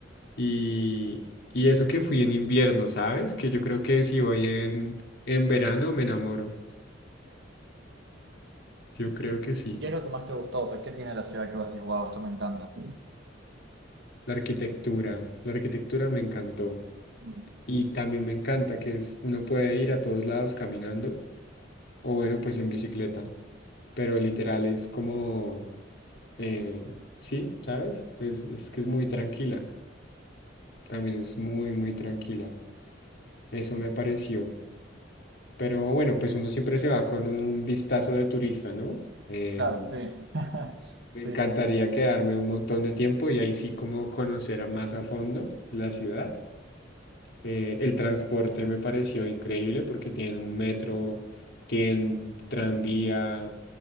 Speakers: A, on the left (about 60°); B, on the right (about 65°).
A: Y, y eso que fui en invierno, ¿sabes? Que yo creo que si voy en, en verano me enamoro. Yo creo que sí.
B: ¿Qué es lo que más te gustó? O sea, ¿qué tiene la ciudad que vos decís, wow, esto me encanta?
A: La arquitectura, la arquitectura me encantó.
B: Mm.
A: Y también me encanta que es, uno puede ir a todos lados caminando o bueno, pues en bicicleta. pero literal es como, eh, sí, ¿sabes? Es, es que es muy tranquila, también es muy, muy tranquila. Eso me pareció. Pero bueno, pues uno siempre se va con un vistazo de turista, ¿no? Em,
B: Claro, sí. <laughs>
A: me
B: Sí.
A: encantaría quedarme un montón de tiempo y ahí sí como conocer a más a fondo la ciudad. Eh, el transporte me pareció increíble porque tienen un metro, tienen tranvía,